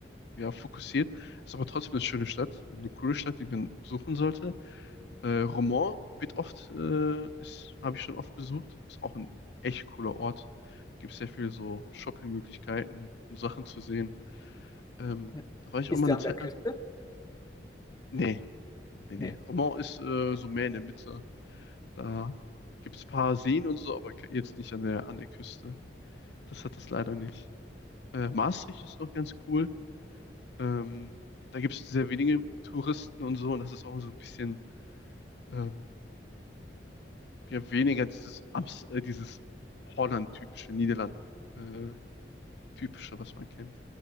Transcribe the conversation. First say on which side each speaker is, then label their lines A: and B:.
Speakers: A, on the left (about 65°); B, on the left (about 20°).
A: ja, fokussiert. Ist aber trotzdem eine schöne Stadt und eine coole Stadt, die man besuchen sollte. Äh, Roermond wird oft, äh, ist, habe ich schon oft besucht. Ist auch ein echt cooler Ort. Gibt sehr viel so Shoppingmöglichkeiten und Sachen zu sehen. Ähm,
B: Ja.
A: da war ich
B: Ist
A: auch mal eine
B: der an
A: Zeit
B: der Küste?
A: lang. Nee, Nee,
B: Nee.
A: nee. Romont ist äh, so mehr in der Mitte. Da gibt es ein paar Seen und so, aber ke- jetzt nicht an der, an der Küste. Das hat das leider nicht. Äh, Maastricht ist noch ganz cool. Ähm, da gibt es sehr wenige Touristen und so, und das ist auch so ein bisschen ähm, ja, weniger dieses, Amst äh, dieses Holland-typische, Niederland-typische, was man kennt.